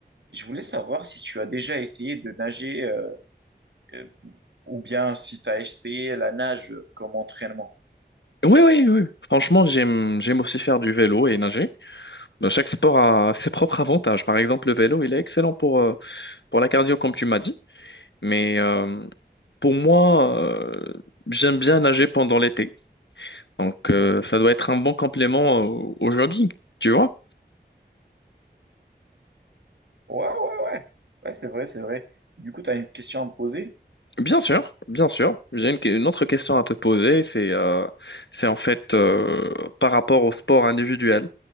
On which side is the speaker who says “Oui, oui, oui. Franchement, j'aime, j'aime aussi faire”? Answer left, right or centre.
Left